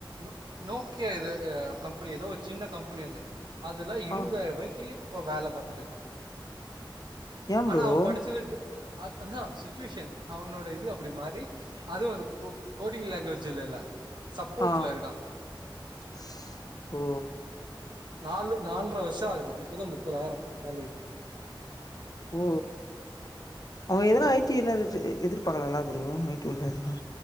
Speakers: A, on the right; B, on the left.
A: நோ நோக்கியா இது கம்பெனி ஏதோ சின்ன கம்பெனி அது அதெல்லாம் இருபதாயிரம்வாக்கி
B: ஆ
A: இப்ப வேல பாத்துட்டு இருக்கோம்
B: ஏ
A: ஆனா
B: ப்ரோ
A: அவன் படிச்சது அ அதுதா சுச்சுவேஷன் அவனோட இது அப்படி மாறி அதுவும் கோடிங் லாங்குவேஜ்ல இல்ல சப்போர்ட்ல
B: ஆ
A: இருக்கா
B: ஸ் ஓ
A: நாலு நால்ர வருஷம் ஆகுது இப்பதான் முப்பதாயிரம் சேலரி
B: ஓ அவங்க எதன
A: சோ
B: ஐடில்ல இரு எதிர்பாக்லால அது ரூமேட்டு உள்ள இருந்தா